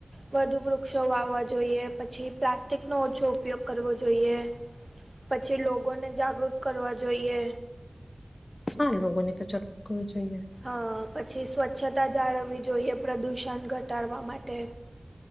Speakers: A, on the right; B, on the left.
A: વધુ વૃક્ષો વાવવા જોઈએ પછી પ્લાસ્ટિકનો ઓછો ઉપયોગ કરવો જોઈએ, પછી લોકોને જાગૃત કરવા જોઈએ.
B: હા લોકો ની તો જરૂર કરવી જોઈએ.
A: અ પછી સ્વચ્છતા જાળવવી જોઈએ પ્રદૂષણ ઘટાડવા માટે.